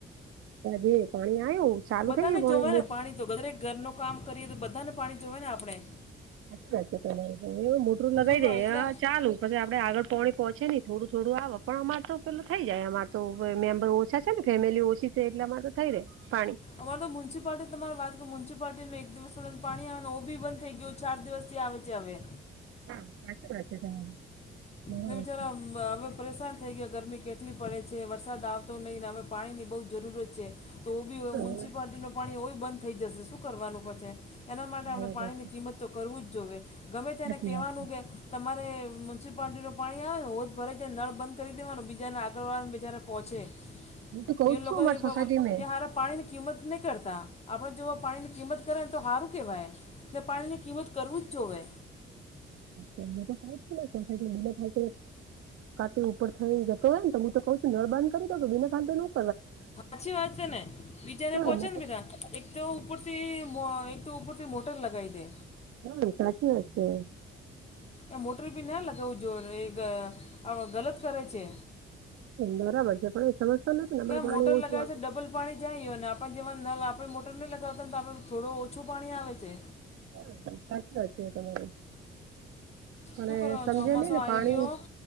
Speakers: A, on the right; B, on the left.
A: <inaudible> પાણી આવ્યું ચાલુ
B: બધાને
A: થઈ ગયું
B: જોવે
A: મોટર
B: ને પાણી તો ગરે ઘરનું કામ કરીએ તો બધાને પાણી જોવે ને આપણે.
A: સાચી વા એવું મોટરું
B: શું
A: લગાવી
B: કહો
A: દે
B: એટલે
A: હ ચાલુ. પછી આપડે આગળ પોણી પહોંચે ઈ થોડું થોડું આવે પણ અમાર તો પેલું થઈ જાય અમાર તો મેમ્બર છે ને ફેમિલી ઓછી છે એટલે માર થઈ રે પાણી.
B: અમારે તો મ્યુસિપાલિટી તમા વાત કરું મ્યુનસિપાલિટી ન એક દિવસ થો પાણી આવે ઓ બી બંધ થઈ ગયું છે. ચાર દિવસથી આવે છે હવે.
A: હા સાચું વાત છે તમારી. બરાબર
B: એ વિચાર
A: છે
B: અવે પરેશાન થઈ ગયા ગરમી કેટલી પડે છે વરસાદ આવતો નહીં ને અમે પાણીની બહુ જરૂરત છે. તો ઓ બી મ્યુનિસિપાલિટી
A: હા
B: ન પાણી ઓવ બંધ થઈ જશે શું કરવાનું પછે. એના માટે
A: બરાબર
B: આપણે પાણી
A: છે
B: ની કિંમત તો કરવું જ જોઈએ ગમે તેને
A: સાચી
B: કહેવાનું
A: વાત છે
B: કે તમારે મ્યુનિસિપાલિટી પાણી આવે ને હોજ ભરે જ નળ બંધ કરી દેવાનું બીજાને આગળ વાળવાને બજાને પહોંચે.
A: હું તો કઉ
B: એ
A: જ છું
B: લોકો
A: અમારી સોસાયટી મેં
B: એારા પાણી ની કિંમત નહી કરતા આપણે જો પાણીની કિંમત કરે ને તો સારું કહેવાય પાણીની કિંમત કરવું જ જોએ.
A: ને તો થને થાય ત ટકા થઈને તો એમ તો હું તો કઉું છું નળ બાંધ કરતો કે બેને ફ તો
B: હછી વાત છે ને બીજાને
A: હા
B: પહોંચે બેટા એક તો ઉપરથી તો ઉપરથી મોટર લગાવી દે.
A: હમ સાચી વા છે.
B: એ મોટર બી ના લગાવું જોઈએ એ ગલત કરે છે.
A: બરાબર છે પણ એ સમસ્યા નથી ને અમારે
B: કે આ
A: પાણી
B: મોટર
A: ઓછું
B: લગાવે
A: આવે છે.
B: ડબલ પાણી જાયું અને આપણ જેમાં નલ આપણે મોટરહીં લગાવતા ને તો આપણ થોડું ઓછું પાણી આવે છે.
A: હા સાચી વાત છે તમારી. પણ
B: શું
A: એ
B: કરવાનું
A: સમજે
B: ચોમાસો
A: નઈ ને
B: આવી
A: પાણી
B: ગયો